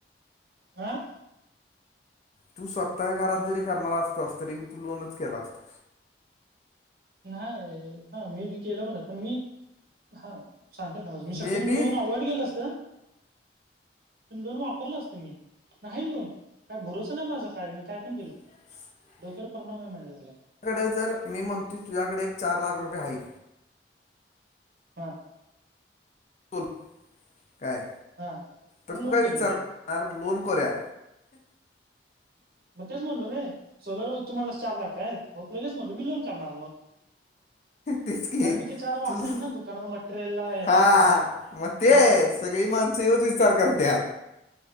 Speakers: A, on the right; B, on the left.
A: आ..
B: तू स्वतः घरात जरी करणार असतास तरी मी तू लोनच केला असता.
A: नाही हा मी बी केल बर पण मी हा सांगता येत नाही माझ मी शक्यतो
B: मे बी
A: लोन अवॉइड केल असत. लोन वापरल असत मी नाही लोन काय भरोसा नाही माझा काय मी काय पण करील.
B: <inaudible>
A: डोक्यावर परिणाम आहे माझ्या झाला.
B: तुझ्याकडे जर मी म्हणतो तुझ्याकडे एक चार लाख रुपये आहेत.
A: हां
B: बोल काय
A: हा
B: तर
A: मग लोन
B: तू काय
A: करीन
B: विचार
A: मी
B: आर लोन करूया.
A: मग तेच म्हणलो रे. सोलर तुम्हाला चार लाख आहेत. मग लगेच म्हणलो मी लोन करणार मग. <inaudible>
B: तेच की
A: कारण मी ते चार वापरीन
B: तुला
A: ना दुकानात मटेरियलला ह्याला
B: हा
A: त्याला
B: मग तेच
A: आणि
B: सगळी माणस ह्योच विचार करतात.